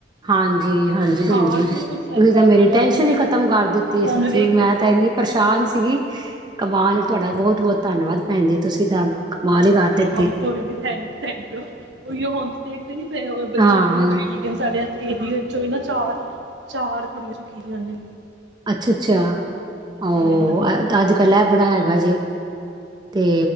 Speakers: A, on the right (about 25°); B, on the right (about 75°).
A: ਹਾਂਜੀ ਹਾਂਜੀ ਭੈਣ
B: ਹਾਂ
A: ਜੀ
B: ਬਿਲਕੁਲ
A: ਤੁਸੀਂ
B: ਸਹੀ ਗੱਲ
A: ਤਾਂ ਮੇਰੀ
B: ਕਿਹਾ
A: ਟੈਸ਼ਨ ਹੀ ਖ਼ਤਮ ਕਰ ਦਿੱਤੀ
B: ਹੁਣ
A: ਸੱਚੀ
B: ਵੇਖ
A: ਵੀ ਮੈਂ ਤਾਂ ਏਨੀ ਪ੍ਰਸਾ਼ਨ ਸ ਸੀਗੀ ਕਮਾਲ ਏ ਤੁਵਾਡਾ ਬੌਤ ਬੌਤ ਧੰਨਵਾਦ ਭੈਣ ਜੀ ਤੁਸੀਂ <unintelligible> ਦਿੱਤੀ।
B: ਹਾਂ ਕੋਈ ਨੀ ਥੈਂਕ ਯੂ ਥੈਂਕ ਯੂ। ਓਹਿਓ ਹੁਣ ਤੁਸੀ ਵੇਖਦੇ ਨੀ ਪੇ ਬੱਚੇ
A: ਹਾਂ
B: ਕਿੰਨੇ ਚੁੱਕੀ ਗਏ ਸਾਡੇੇ ਐਥੇ। ਏਰੀਏ ਚੋਂ ਵੀ ਨਾ ਚਾਰ ਚਾਰ ਕੁੜੀਆਂ ਚੁੱਕੀ ਗੀਆ ਨੇੇ।
A: ਅੱਛਾ ਅੱਛਾ ਔ
B: ਵੀ ਨਾਮ ਹੈ
A: ਤਾਂ ਅੱਜ ਕੱਲ ਐ ਬੜਾ ਹੈਗਾ ਜੇ। ਤੇ